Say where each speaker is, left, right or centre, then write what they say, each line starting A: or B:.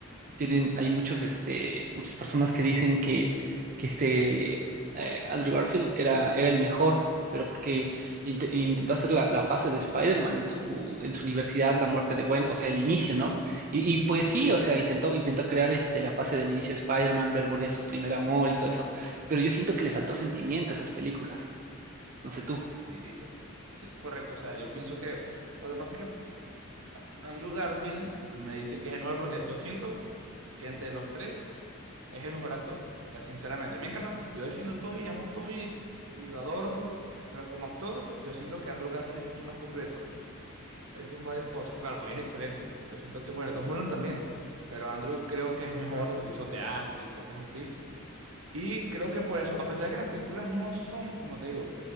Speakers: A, on the right; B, on the right.
A: tienen, hay muchos, este, muchas personas que dicen que, que este eh, Andrew Garfield era, era el mejor, pero porque int- intentó hacer la, la fase de Spider-Man en su, en su universidad, la muerte de Gwen, o sea, el inicio,
B: Ujú.
A: ¿no? Y, y pues
B: Ok.
A: sí, o sea, intentó, intentó crear este, la fase del inicio de Spider-Man, ver morir a su primer amor y todo eso, pero yo siento que le faltó sentimiento a esas películas, no sé tú.
B: Sí, sí, correcto. O sea, yo pienso que lo que pasa es que Andrew Garfield me dicen que es el mejor porque yo siento que entre los tres es el mejor actor. O sea, sinceramente, me encanta. Yo defiendo a Toby, amo a Toby y lo adoro. Pero como actor, yo siento que Andrew Garfield es mucho más completo. Ahí son varias cosas. Claro, Toy es excelente. Yo siento que, bueno, Tom Holland también. Pero Andrew creo que es mejor, hizo teatro y cosas así. Y creo que por eso, a pesar de que las películas no son, como te digo,